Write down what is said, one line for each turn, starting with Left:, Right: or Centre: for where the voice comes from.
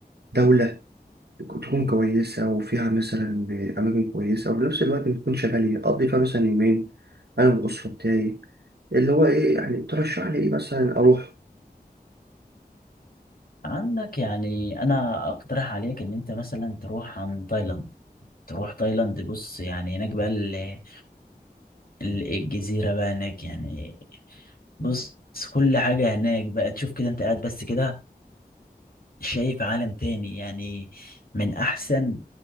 Right: دولة تكون كويسة وفيها مثلا آه، أماكن كويسة وفي نفس الوقت تكون شغالة أقضي فيها مثلا يومين أنا والأسرة بتاعي اللي هو إيه يعني ترشح لي إيه مثلا أروح
Left: عندك يعني انا اقترح عليك ان انت مثلا تروح عن تايلاند تروح تايلاند بص يعني هناك بقى ال- ال- الجزيرة بقى هناك يعني بص كل حاجة هناك بقى تشوف كده انت قاعد بس كده شايف عالم تاني يعني من أحسن